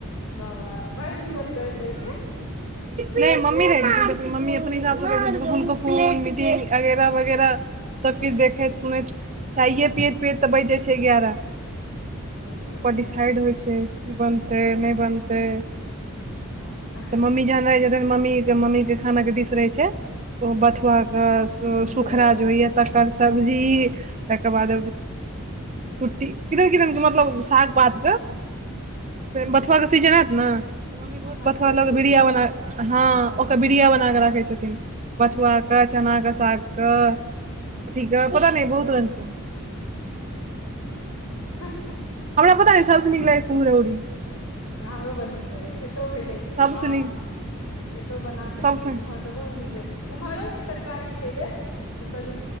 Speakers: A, on the left; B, on the right.
A: वाह वाह भरि दिन कथी। करैत रहै छियै।
B: नहि मम्मी रहे छतिन मम्मी अपने हिसाब से करें छतिन। हुनको फोन मीटिंग अगैराह वगैराह। सभकिछु। देखैत सुनैत चाइए पियैत पियैत तऽ बैज जाइत छै। एगयारह। तपर
A: ओहे बात ने
B: डिसाइड होइ छै। की बनतै नहि बनतै।
A: ह।
B: मम्मी जहन रहैत छैत तखन मम्मी मम्मी के खाना के डिश रहैत छै। ओ
A: हँ
B: बथुआके। सुखरा
A: झोर
B: जे होइएा। तकर सब्जी तकर बाद। छुट्टी किदैन। किदैन के मतलब साग पात।
A: हँ
B: बथुआ। के सीजन ऐत न मम्मी।
A: अरकोच
B: ओकरा
A: के
B: न बीड़िया
A: सब्जी
B: बना के
A: हँ हँ
B: ओकरा बीड़िया बना कऽ राखै छथिन। बथुआ।
A: अच्छा
B: क चना क साग क अथी। क पता न बहुत रंग के
A: ह ह।
B: हमरा पता य सभ से निक लागेय कुम्हरोरी।
A: हमरो बड़ नीक लगयए एतहु भेटे छै।
B: सभसँ
A: आम
B: नीक
A: एतो बना सकैत
B: सभसँ
A: छी कुम्हर। तऽ बहुत नीक भेलेट कुम्हरो के तरकारी खेबे। तऽ सज